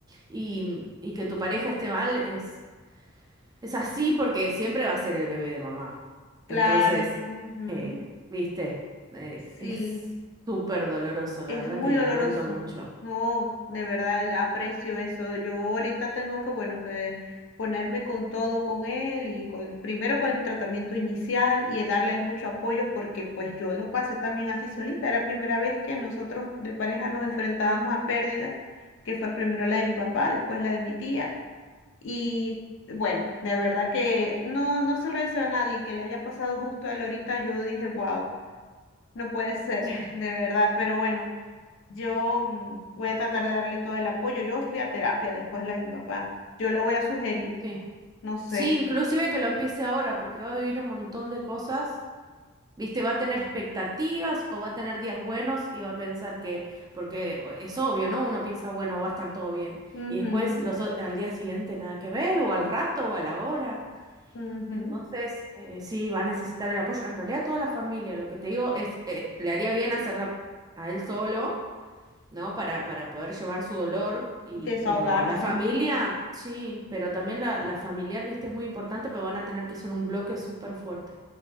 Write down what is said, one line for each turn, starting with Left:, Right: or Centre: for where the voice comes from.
Right: y, y que tu pareja esté mal es, es así porque siempre va a ser el bebé de mamá.
Left: Claro,
Right: Entonces,
Left: ujú,
Right: eh, viste, eh,
Left: Sí,
Right: es súper doloroso, la
Left: es
Right: verdad
Left: muy
Right: que lo
Left: doloroso.
Right: lamento mucho.
Left: No, de verdad aprecio eso. Yo ahorita tengo que, bueno, que ponerme con todo con él y con, primero con el tratamiento inicial y darle mucho apoyo porque pues yo lo pasé también así solita. Era la primera vez que nosotros de pareja nos enfrentábamos a pérdidas, que fue primero la de mi papá, después la de mi tía. Y bueno, de verdad que no, no se lo deseo a nadie que le haya pasado justo a él ahorita. Yo dije, wow. No puede ser,
Right: Sí,
Left: <laughs> de verdad, pero bueno, yo mm, voy a tratar de darle todo el apoyo. Yo fui a terapia después de la de mi papá. Yo le voy a sugerir,
Right: sí.
Left: no sé,
Right: Sí, inclusive que lo empiece ahora porque va a vivir un montón de cosas ¿Viste? Va a tener expectativas o va a tener días buenos y va a pensar que, porque o- es obvio, ¿no? Uno piensa, bueno, va a estar todo bien.
Left: ujú,
Right: Y después los, o- al día siguiente nada que ver, o al rato, o a la hora.
Left: ujú,
Right: Entonces, eh, sí, va a necesitar el apoyo. En realidad, toda la familia, lo que te digo es, eh, le haría bien hacerla a él solo, ¿no? Para, para poder llevar su dolor, y,
Left: desahogarse.
Right: pero a la familia, sí, pero también la, la familiar, viste, es muy importante, pero van a tener que ser un bloque súper fuerte